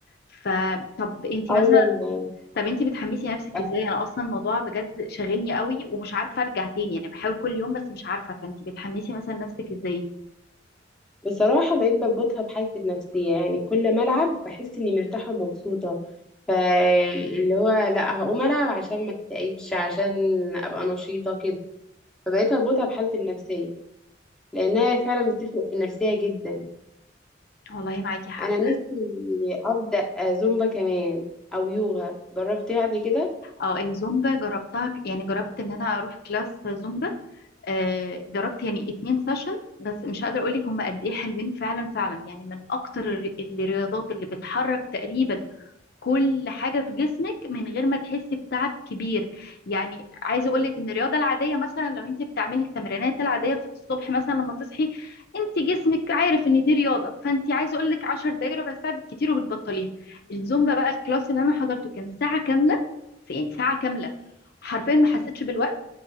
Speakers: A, on the left; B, in the centre.
A: فطب انت
B: ايوه
A: مثلا
B: أنا-
A: طب انتي بتحمسي نفسك
B: أنا
A: ازاي انا اصلا الموضوع بجد شاغلني قوي ومش عارفه ارجع تاني يعني بحاول كل يوم بس مش عارفه فانتي بتحمسي مثلا نفسك ازاي
B: بصراحه بقيت بربطها بحالتي النفسيه يعني كل ما العب بحس اني مرتاحه ومبسوطه فاللي هو لا هقوم العب عشان ما اكتئبش عشان ابقى نشيطه كده فبقيت اربطها بحالتي النفسيه لانها فعلا بتفرق في النفسيه جدا
A: والله معاكي حق
B: انا نفسي ابدا زومبا كمان او يوغا جربتها قبل كده
A: اه الزومبا جربتها ك- يعني جربت ان انا اروح كلاس زومبا آه جربت يعني اتنين سيشن بس مش قادره اقول لك هم قد ايه حلوين فعلا فعلا يعني من اكتر الر- الرياضات اللي بتحرك تقريبا كل حاجة في جسمك من غير ما تحسي بتعب كبير يعني عايزة أقولك إن الرياضة العادية مثلا لو أنت بتعملي التمرينات العادية في الصبح مثلا لما تصحي أنت جسمك عارف إن دي رياضة فأنت عايزة أقولك 10 دقايق ربع ساعة بالكتير وبتبطليها الزومبا بقى الكلاس اللي أنا حضرته كان ساعة كاملة يعني ساعة كاملة حرفيا ما حسيتش بالوقت